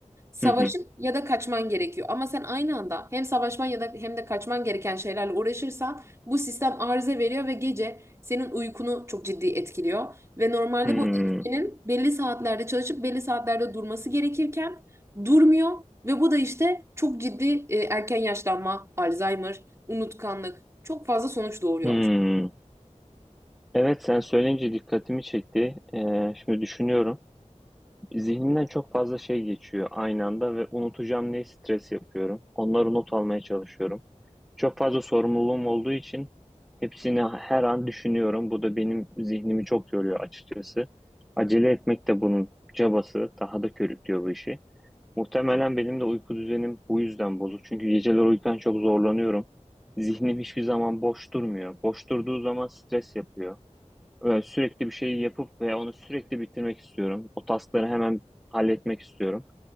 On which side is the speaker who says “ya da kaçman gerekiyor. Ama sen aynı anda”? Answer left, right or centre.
Right